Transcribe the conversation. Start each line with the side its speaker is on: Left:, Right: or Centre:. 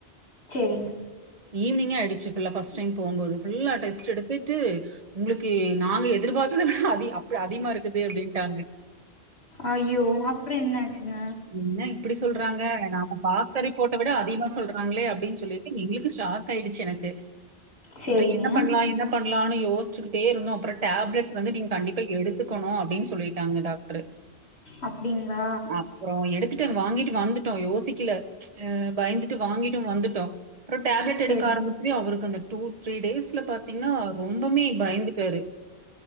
Left: செரிங்
Right: ஈவ்னிங்கே ஆய்டுச்சு ஃபுல்லா ஃபஸ்ட்டு டைம் போம்போது ஃபுல்லா டெஸ்ட் எடுத்துட்டு உங்ளுக்கு நாங்க எதிர்பார்த்ததவிட அதி அப்ப அதிகமாயிருக்குது அப்டின்ட்டாங்க
Left: அயோ அப்றோ என்னாச்சுங்க
Right: என்ன இப்டி சொல்றாங்க நாம பாத்த ரிப்போட்ட விட அதிகமா சொல்றாங்களே அப்டின் சொல்லிட்டு எங்களுக்கு சாக் ஆயிடுச்சு எனக்கு
Left: செரிங்க.
Right: அப்றோ என்ன பண்ணலா என்னப் பண்ணலானு யோசிச்சுக்கிட்டே இருந்தோ அப்றோ டேப்லெட் வந்து நீங்க கண்டிப்ப எடுத்துக்கணு அப்டினு சொல்லிட்டாங்க டாக் ட்ரு
Left: அப்டிங்களா?
Right: அப்றோ எடுத்துட்டே வாங்கிட்டு வந்து ட்டோ யோசிக்கல பயந்துட்டு வாங்கிட்டு வந்துட்டோ அப்றோ டேப்லெட்
Left: செரி
Right: எடுக்க ஆரம் சு அவருக்கு அந்த டூ த்ரீ டேஸ்ல பாத்தீங்னா ரொம்பமே பயந்துட்டாரு